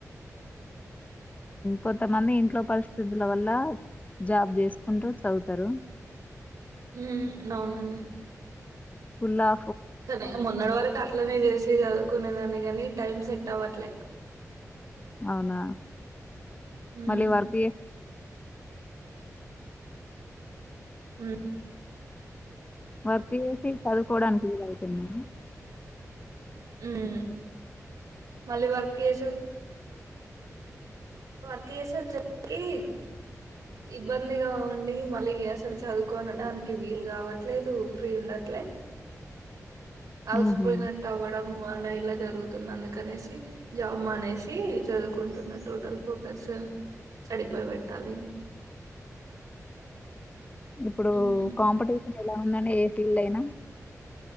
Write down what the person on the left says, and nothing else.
కొంత మంది ఇంట్లో పరిస్థితుల వల్ల జాబ్ చేసుకుంటూ చదువుతరు
ఉల్ల
అవున
మళ్ళీ వర్పి
వర్క్ చేసి చదువుకోవడానికి ఇది అవుతున్నా
ఉహు
ఇప్పుడు
కాంపిటీషన్ ఎలా ఉందని ఫీల్డ్ అయినా